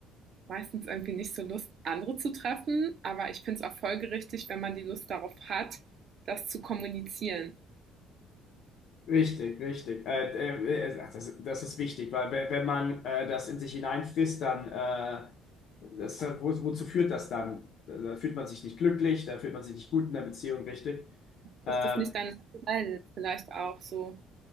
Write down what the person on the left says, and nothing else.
Richtig, richtig. Äh, äh, äh, ach, das, das ist wichtig, weil we- wenn man äh, das in sich hineinfrisst, dann äh, das, wo, wozu führt das dann? Da fühlt man sich nicht glücklich, da fühlt man sich nicht gut in der Beziehung, richtig? Ähm,